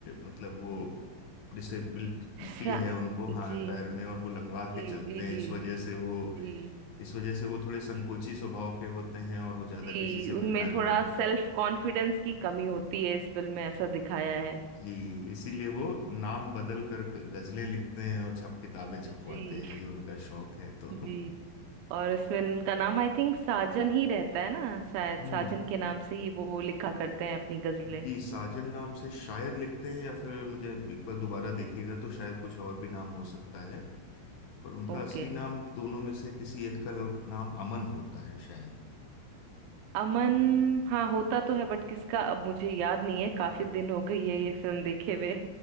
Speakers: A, on the left; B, on the right.
A: मतलब वो डिसेबिलिटी
B: शा
A: है उनको
B: जी
A: हाँ पैर में और वो लंगड़ा
B: जी
A: के चलते
B: जी जी
A: हैं इस वजह से वो
B: जी
A: इस वजह से वो थोड़े संकोची स्वभाव के होते हैं और वो ज्यादा
B: जी
A: किसी से मिलना
B: उनमें थोड़ा
A: जुलना
B: सेल्फ कॉन्फिडेंस की कमी होती है इस फिल्म में ऐसा दिखाया है
A: जी इसीलिए वो नाम बदल कर क- गजलें लिखते हैं और छप किताबें छपवाते
B: जी
A: हैं ये उनका शौक है तो
B: जी और इसमें उनका नाम आई थिंक साजन ही रहता है ना शायद
A: हम्म
B: साजन के
A: हम्म।
B: नाम से ही वो लिखा करते हैं अपनी गजलें
A: जी साजन नाम से शायद लिखते हैं या फिर मुझे एक बार दोबारा देखिएगा तो शायद कुछ और भी नाम हो सकता है पर उनका
B: ओके
A: असली नाम दोनों में से किसी एक का नाम अमन होता है शायद
B: अमन हाँ होता तो है बट किसका अब मुझे याद नहीं है काफी
A: शायद-
B: दिन हो गई है ये फिल्म देखे हुए